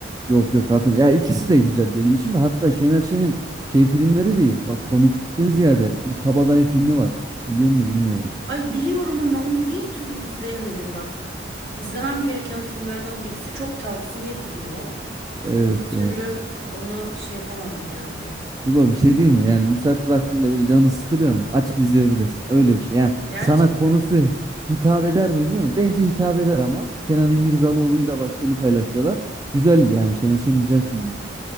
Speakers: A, on the right; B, on the right.
A: Yok yok hatırlıyorum. Ya ikisi de güzel benim için de. Hatta Şener Şen'in şey filmleri de Bak komikten ziyade bu Kabadayı filmi var. Biliyor musun bilmiyorum.
B: ay biliyorum ama onu bir türlü izleyemedim bak izlemem gereken filmlerden birisi çok tavsiye ediliyor
A: Evet
B: ama bir türlü
A: evet.
B: ona şey yapamadım yani
A: Tuba bir şey değil mi? Yani müsait vaktinde böyle canın sıkılıyor mu? Açıp izleyebilirsin. Öyle bir şey. Yani
B: gerçekten.
A: sana konusu hitap eder mi bilmiyorum. Bence hitap eder ama. Kenan İmirzalıoğlu'yla başrolü paylaşıyorlar. Güzel yani Şener Şen'in güzel filmleri.